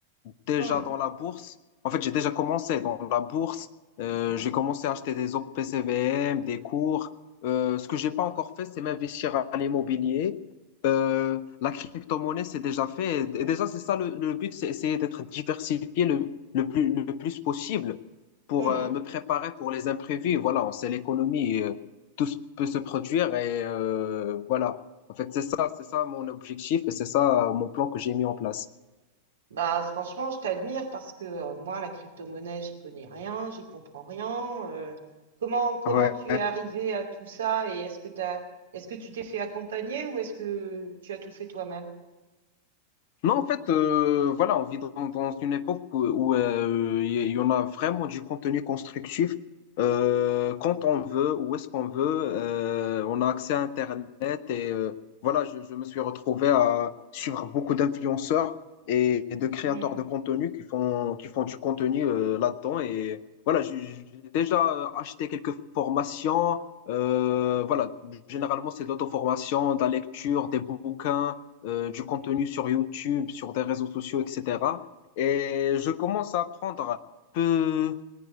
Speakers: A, on the left (about 45°); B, on the right (about 65°).
A: déjà
B: Hmm,
A: dans la bourse. En fait, j'ai déjà commencé dans la bourse. Euh, j'ai commencé à acheter des OPCVM, des cours. Euh, ce que j'ai pas encore fait, c'est m'investir à l'immobilier. Euh, la crypto-monnaie, c'est déjà fait. Et déjà, c'est ça le, le but, c'est essayer d'être diversifié le, le plus, le plus possible pour
B: hmm.
A: euh, me préparer pour les imprévus. Voilà, on sait l'économie, euh, tout s- peut se produire et euh, voilà. En fait, c'est ça, c'est ça mon objectif et c'est ça euh, mon plan que j'ai mis en place.
B: Bah, franchement, je t'admire parce que euh, moi, la crypto-monnaie, j'y connais rien, j'y comprends rien. euh, comment, comment
A: Ouais.
B: tu es arrivé à tout ça et est-ce que t'as, est-ce que tu t'es fait accompagner ou est-ce que tu as tout fait toi-même?
A: Non, en fait, euh, voilà, on vit dans, dans une époque où, où, euh, il y, en a vraiment du contenu constructif euh, quand on veut, où est-ce qu'on veut. euh, on a accès à Internet et euh, voilà, je, je me suis retrouvé à suivre beaucoup d'influenceurs et, et de créateurs
B: Hmm,
A: de contenu qui font, qui font du contenu euh, là-dedans. Et voilà, j'ai j'ai déjà acheté quelques formations. euh, voilà, généralement, c'est de l'auto-formation, de la lecture, des bouquins euh, du contenu sur YouTube, sur des réseaux sociaux, etc. Et je commence à apprendre peu